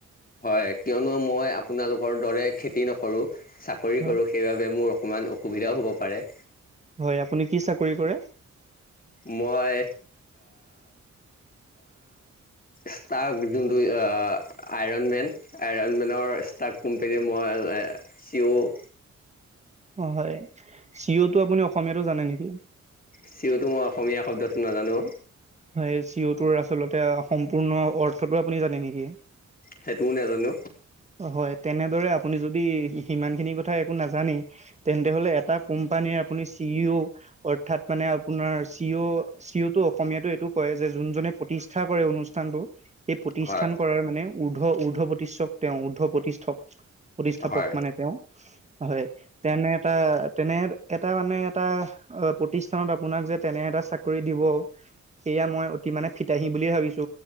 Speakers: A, on the left; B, on the right.
A: হয় কিয়নো মই আপোনালোকৰ দৰে খেতি নকৰোঁ। চাকৰি
B: হয়
A: কৰো সেইবাবে মোৰ অকমান অসুবিধাও হ'ব পাৰে।
B: হয় আপুনি কি চাকৰি কৰে?
A: মই। ষ্টক যোনটো অ'। আইৰণমেন আইৰণমেনৰ ষ্টাৰ্ক কোম্পেনী মই চি'।
B: অ' হয় চি অ'টো আপুনি অসমীয়াতো জানে নেকি।
A: চি অটো মই অসমীয়া শব্দটো নাজানো।
B: হয় চি অটোৰ আচলতে সম্পূৰ্ণ অৰ্থটো আপুনি জানে নেকি?
A: সেইটোও নাজানো।
B: হয়নে তেনেদৰে আপুনি সিমান খিনি কথা নাজানে তেন্তেহ'লে এটা কোম্পানীৰ। আপুনি চি অও অৰ্থাৎ মানে আপোনাৰ চি অও চি অ তটো অসমীয়াতটো। এইটো কয় যে যোনজনে প্ৰতিষ্ঠা কৰে অনুষ্ঠানটো সেই প্ৰতিষ্ঠান
A: হয়
B: কৰাৰ মানে। উৰ্ধ উৰ্ধ্ব প্ৰতিষ্ঠক তেওঁ উৰ্ধ প্ৰতিষ্ঠক। প্ৰতিষ্ঠাপক
A: হয়
B: মানে তেওঁ হয় তেনে এটা। তেনে এটা মানে এটা প্ৰতিষ্ঠানত আপোনাক যে তেনে এটা চাকৰি দিব। সেয়া মই অতি মানে ফিতাহী বুলিয়ে ভাবিছো।